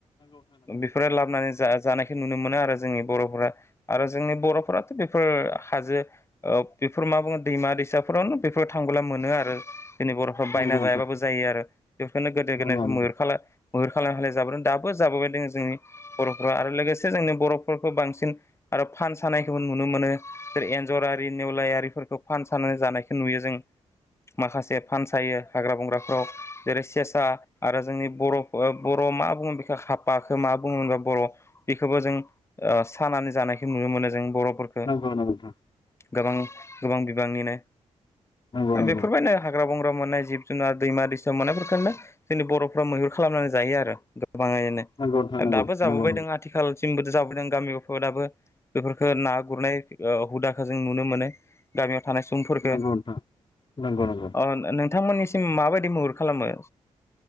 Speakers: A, on the left; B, on the left.
A: बेफोरो लाबोनानै जा-जानायखौ नुनो मोनो आरो। जोंनि बर'फोरा आरो जोंनि बर'फोराथ बेफोर हाजो ओ बेफोर मा बुङो दैमा दैसा बेफोरावनो बेफोर थांबोला मोनो आरो जोंनि बर'फ्रा
B: नंगौ
A: बायना
B: नोंथां
A: जायाबाबो जायो आरो बेफोरखौनो गोदो
B: नंगौ
A: गोदायनिफ्राय
B: नंगौ
A: मैहुर खाला मैहुर खालाम खालाम जाबोदों दा बो जाबोबाय दोङो जोंनि बर'फोरा आरो लोगोसे जोंनि बर'फोरखौ बांसिन आरो फानसानायखौबो नुनो मोनो जै एन्जरारि नेवलायारिफोरखौ फान सानाय जानायखौ नुयो जों। माखासे फानसायो हाग्रा बंग्राफ्राव जेरै सेसा आरो जोंनि बर' बर' मा बुङो बेख हाफाखो मा बुङोबा बर' बेखौबो जों सानानै जानायखौ नुनो मोनो जों बर' फोरखो
B: नंगौ नोंथां नंगौ नोंथां
A: गोबां गोबां बि गोबांनिनो
B: नंगौ नंगौ
A: बेफोरबायनो हाग्रा बं मोननाय जिब जुनार दैमा दैसा मोननायफोरखौनो जोंनि बर'फ्रा मैहुर खालामनानै जायो आरो। गोबाङैनो
B: नंगौ नोंथां नंगौ नोंथां नंगौ
A: दाबो जाबोबायदों
B: नंगौ नोंथां नंगौ
A: आथिखालसिमबो जा गामियाव दाबो बेफोरखौ ना गुरनाय ओ हुदाखौ जों नुनो मोनो गामियाव थानाय सुबुंफोरखौ
B: नंगौ नोंथां नंगौ नंगौ
A: अ नोंथांमोननिसिम माबायदि महर खालामो??